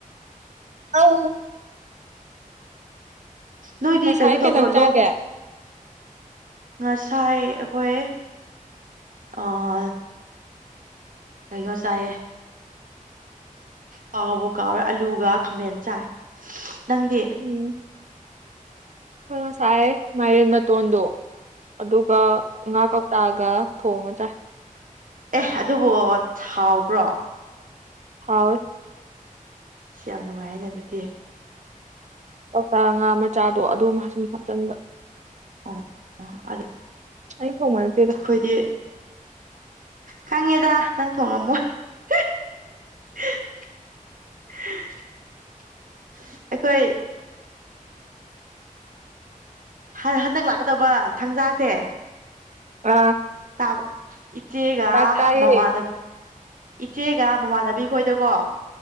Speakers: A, on the right; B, on the right.
A: ꯑꯧ
B: ꯅꯣꯏꯗꯤ
A: ꯉꯁꯥꯏ
B: ꯀꯩꯅꯣ
A: ꯀꯩꯖꯥꯡ
B: ꯇꯧꯗ꯭ꯔꯣ
A: ꯆꯥꯒꯦ
B: ꯂꯣꯛ ꯉꯁꯥꯏ ꯑꯈꯣꯏ ꯑꯥ ꯀꯩꯅꯣ ꯆꯥꯏꯌꯦ ꯀꯥꯎꯕꯨ ꯀꯥꯎꯔꯦ ꯑꯂꯨꯒ ꯈꯥꯃꯦꯟ ꯆꯥꯏ ꯅꯪꯗꯤ?
A: ꯑꯣ ꯑꯈꯣꯏ ꯉꯁꯥꯏ ꯃꯥꯏꯔꯦꯟ ꯃꯇꯣꯟꯗꯣ ꯑꯗꯨꯒ ꯉꯥ ꯀꯧꯇꯥꯒ ꯊꯣꯡꯉ ꯆꯥꯏ꯫
B: ꯑꯦꯍ ꯑꯗꯨꯕꯨ ꯍꯥꯎꯕ꯭ꯔꯣ?
A: ꯍꯥꯎꯏ꯫
B: ꯁꯤ ꯌꯥꯝ ꯅꯨꯡꯉꯥꯏꯅꯦ ꯑꯗꯨꯗꯤ
A: ꯀꯣꯛꯇꯥ ꯉꯥ ꯃꯆꯥꯗꯣ ꯑꯗꯨꯝ ꯍꯥꯞ ꯁꯨꯝ ꯍꯥꯞꯆꯟꯕ
B: <unintelligible>
A: ꯑꯩ ꯊꯣꯡꯕ ꯅꯠꯇꯦꯗ
B: ꯈꯣꯏꯗꯤ ꯈꯪꯉꯦꯗ ꯅꯪ ꯊꯣꯡꯉꯝꯃꯣꯏ꯫ <unintelligible> ꯑꯩꯈꯣꯏ ꯍꯟ ꯍꯟꯗꯛ ꯂꯥꯛꯀꯗꯕ ꯊꯥꯡꯖꯥꯁꯦ
A: ꯑꯥ
B: ꯇꯥꯕ ꯏꯆꯦꯒ
A: ꯆꯥꯛ ꯆꯥꯏꯌꯦ
B: ꯃꯃꯥꯟꯅ ꯏꯆꯦꯒ ꯃꯃꯥꯟꯅꯕꯤ ꯈꯣꯏꯗꯀꯣ